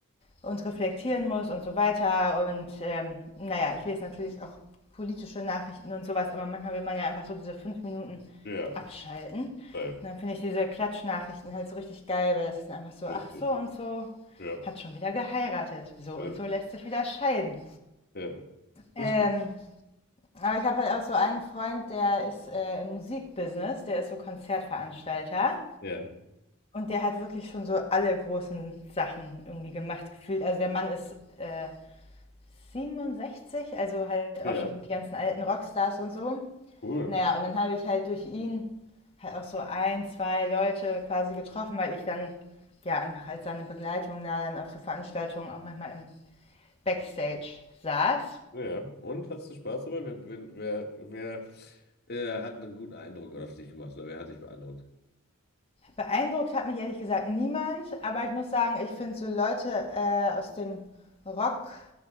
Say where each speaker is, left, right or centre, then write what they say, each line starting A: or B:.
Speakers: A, on the left; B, on the left.
A: und reflektieren muss und so weiter. Und ähm, naja, ich lese natürlich auch politische Nachrichten und sowas, aber manchmal will man ja einfach so diese fünf Minuten
B: ja,
A: abschalten. Und
B: live,
A: dann finde ich diese Klatschnachrichten halt so richtig geil, weil das ist einfach so,
B: lustig.
A: ach so und so
B: Ja.
A: hat schon wieder geheiratet, so
B: Ja,
A: und so lässt sich wieder scheiden.
B: ja,
A: Ähm,
B: das stimmt.
A: aber ich habe halt auch so einen Freund, der ist äh, im Musikbusiness, der ist so Konzertveranstalter.
B: Ja,
A: Und der hat wirklich schon so alle großen Sachen irgendwie gemacht, gefühlt. Also der Mann ist äh, 67, also halt
B: ja,
A: auch schon die ganzen alten Rockstars und so.
B: cool.
A: Naja, und dann habe ich halt durch ihn halt auch so ein, zwei Leute quasi getroffen, weil ich dann ja einfach als seine Begleitung da dann auf so Veranstaltungen auch manchmal im Backstage saß.
B: Ja. Und hast du Spaß dabei? Wer, wenn- wer, wer äh, hat einen guten Eindruck auf dich gemacht oder wer hat dich beeindruckt?
A: Beeindruckt hat mich ehrlich gesagt niemand, aber ich muss sagen, ich finde so Leute äh, aus dem Rock